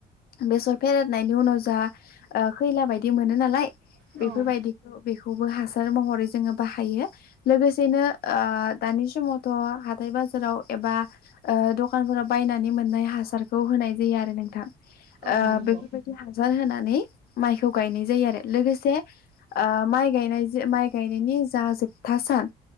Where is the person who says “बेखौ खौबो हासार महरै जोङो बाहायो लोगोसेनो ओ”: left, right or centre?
Left